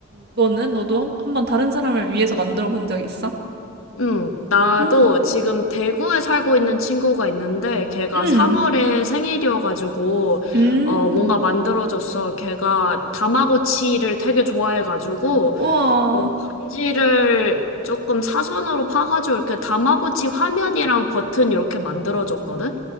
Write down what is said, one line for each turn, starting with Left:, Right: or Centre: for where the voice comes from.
Right: 너는? 너도 한, 한번 다른 사람을 위해서 만들어 본 적이 있어?
Left: 음, 나도
Right: 응,
Left: 지금 대구에 살고 있는 친구가 있는데 걔가
Right: 응,
Left: 3월에 생일이어가지고
Right: 응.
Left: 어, 뭔가 만들어줬어. 걔가 다마고치를 되게 좋아해가지고
Right: 우와,
Left: 어, 반지를 조금 사선으로 파가지고 이렇게 다마고치 화면이랑 버튼 이렇게 만들어줬거든?